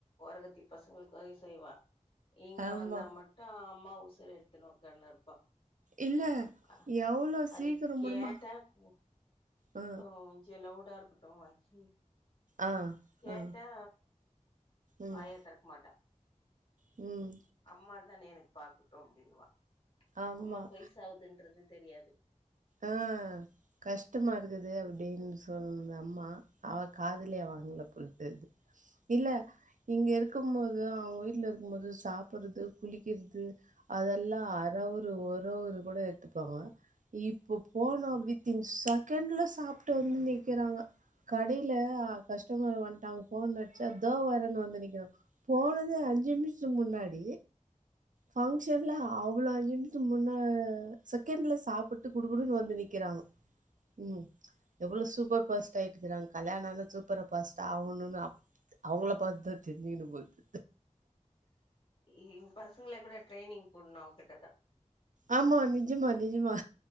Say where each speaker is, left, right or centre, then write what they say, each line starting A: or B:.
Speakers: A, on the left; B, on the right.
A: ஓரகத்தி பசங்ளுக் வரயு செய்வா இங்க
B: ஆமா
A: வந்தா மட் ட அம்மா உசுர் எடுத்துனு ஒக்கான்ருப்பா
B: இல்ல
A: அ
B: எவ்வளோ
A: அத
B: சீக்கிரம்
A: கேட்டா
B: முடியுமா?
A: கு
B: ஆ,
A: கொஞ்ச லவ்டா இருக்கு
B: ஆ,
A: கேட்டா
B: ஆ, ம்,
A: வாயே திறக்க மாட்டா
B: ம்
A: அம்மா தான எனக்கு பாக்கட்டு அப்டின்வா
B: ஆமா.
A: அம்மாக்கு வய்ஸ் ஆகுதுன்றது தெரியாது
B: ஆ கஷ்டமா இருக்குது அப்டின் சொன் அம்மா அவ காதுலே வாங்கல போல் தெர்து இல்ல இங்க இருக்கும் போது அவுங்க வீட்ல இருக்கும் போது சாப்பறது குளிக்கிறது அதெல்லா அறவுரு ஒரு ஒரு கொடோ எடுத்துப்பாங்க இப்போ போனோ வித்தின் செகண்ட்ல சாப்ட்டு வந்து நிக்கிறாங்க கடைல கஸ்டமர் வந்ட்டாங்க ஃபோன் அடிச்சா இதோ வரேன்னு வந்து நிக்கிறா போனதே அஞ்சி நிமிஷோ முன்னாடி பங்க்ஷன்ல அவ்ளோ <unintelligible> முன்ன செகண்ட்ல சாப்புட்டு குடுகுடுன்னு வந்து நிக்கிறாங் ம் எவ்ளோ சூப்பர் ஃபாஸ்ட் டாய்டு போறாங்கோ கல்யாணோ ஆனா சூப்பரா ஃபாஸ்டா ஆவணுனு அப் அவுங்கள பாத்தா தெரியுனு உங்கள்து
A: எங்க பசங்கள கூட ட்ரைனிங் போட்ணு அவ்ங்கிட்ட தா
B: ஆமா நிஜமா நிஜமா